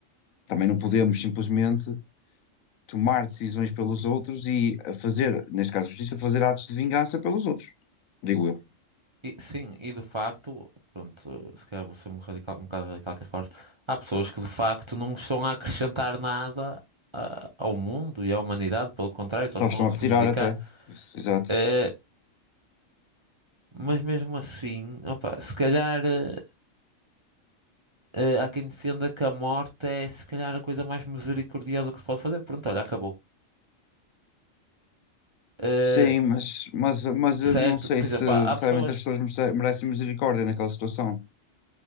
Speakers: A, on the left; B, on the right.
A: também não podemos simplesmente tomar decisões pelos outros e a fazer, neste caso a justiça, fazer atos de vingança pelos outros, digo eu.
B: E- sim, e de facto, pronto, se calhar vou ser um radical, um bocado radical com as palavras. Há pessoas que de facto não estão a acrescentar nada a- ao mundo e à humanidade, pelo contrário, só
A: Só
B: estão
A: estão
B: a
A: a
B: prejudicar.
A: retirar até. Isso, Exato.
B: Eh, mas mesmo assim, opa, se calhar eh, eh, há quem defenda que a morte é se calhar a coisa mais misericordiosa que se pode fazer. Pronto, olha, acabou. Eh,
A: Sim, mas, mas, mas eu
B: certo,
A: não sei
B: por
A: se
B: exemplo,
A: necessariamente
B: há, há pessoas.
A: as pessoas merece- merecem misericórdia naquela situação.